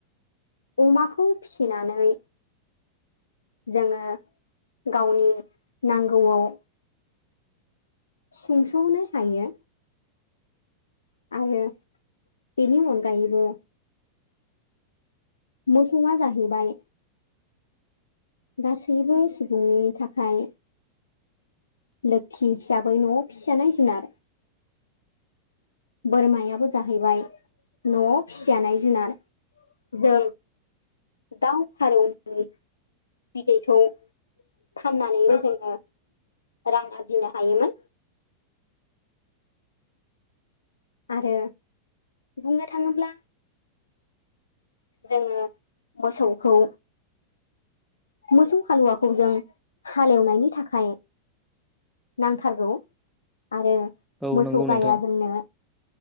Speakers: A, on the left; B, in the centre.
A: अमाखौ फिसिनानै जोङो गावनि नांगौआव सुंसौनो हायो। आरो बेनि अनगायैबो मोसौआ जाहैबाय गासैबो सुबुंनि थाखाय लोखि हिसाबै न'आव फिसिजानाय जुनार बोरमायाबो जाहैबाय न'आव फिसिजानाय जुनार जों दाव फारौनि बिदैखौ फाननानैबो जोङो रां आरजिनो हायोमोन। आरो बुंनो थाङोब्ला जोङो मोसौखौ मोसौ हालुवाखौ जों हालेवनायनि थाखाय नांथारगौ आरो
B: औ
A: मोसौ
B: नंगौ नोंथां
A: गाया जोंनो